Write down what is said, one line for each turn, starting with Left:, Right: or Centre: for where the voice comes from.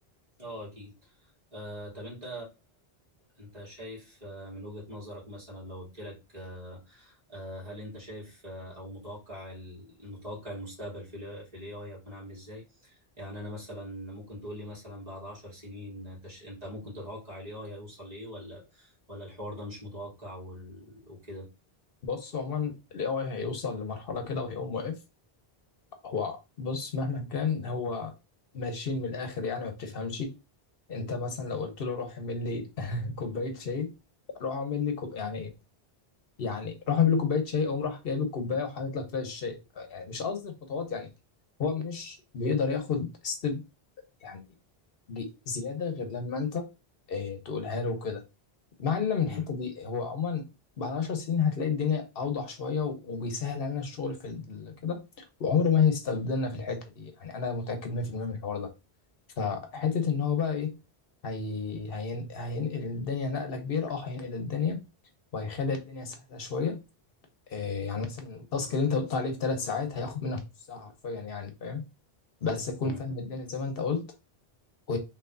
Right: اه اكيد آه طب انت انت شايف آه، من وجهة نظرك مثلا لو قلت لك آه آه هل انت شايف آه او متوقع المتوقع المستقبل في ال في الاي اي هيكون عامل ازاي يعني انا مثلا ممكن تقول لي مثلا بعد عشر سنين انت ش... انت ممكن تتوقع الاي اي هيوصل لايه ولا ولا الحوار ده مش متوقع وال... وكده
Left: بص عموما الاي اي هيوصل لمرحله كده وهيقوم واقف هو بص مهما كان هو ماشيين من الاخر يعني ما بتفهمش انت مثلا لو قلت له روح اعمل لي <laughs> كوبايه شاي روح اعمل لي كوب... يعني يعني روح اعمل لي كوبايه شاي قوم راح جايب الكوبايه وحاطط لك فيها الشاي يعني مش قصدي الخطوات يعني هو مش بيقدر ياخد ستيب يعني ج- زياده غير لما انت اه تقولها له كده مع ان من
Right: مم.
Left: الحته دي هو عموما بعد عشر سنين هتلاقي الدنيا اوضح شويه و- وبيسهل علينا الشغل في ال- كده وعمره ما هيستبدلنا في الحته دي يعني انا متاكد 100% من الحوار ده فحته ان هو بقى ايه هي... هين... هينقل الدنيا نقله كبيره اه هينقل الدنيا وهيخلي الدنيا سهله شويه إيه يعني مثلا التاسك اللي انت قلت عليه في ثلاث ساعات هياخد منك نص ساعه حرفيا يعني فاهم بس تكون
Right: مم.
Left: فاهم الدنيا زي ما انت قلت و...